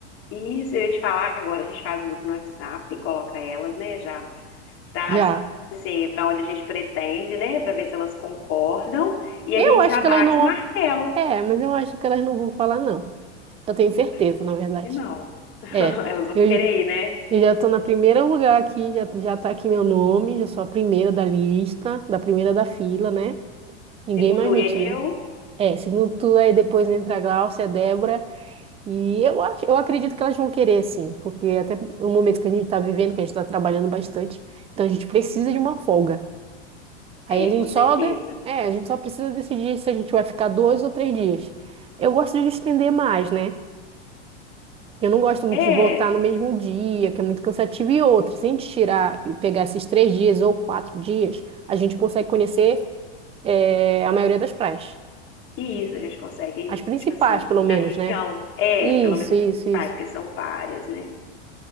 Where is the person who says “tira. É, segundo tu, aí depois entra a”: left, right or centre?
Right